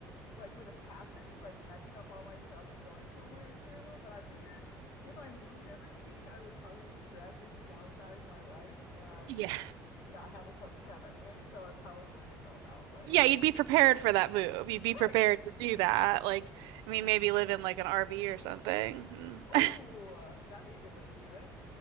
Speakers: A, on the left; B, on the right.
A: like with a passion, like packing up all my stuff and going somewhere is terrible, but I figure if I moved every week, I would probably drastically downsize my life and
B: Yeah.
A: not have as much crap anyway, so it'd probably work itself out, but
B: Yeah, you'd be prepared for that move. You'd be
A: right.
B: prepared to do that. Like, I mean, maybe live in like an RV or something.
A: Oh,
B: <laughs>
A: that'd be a good way to do it.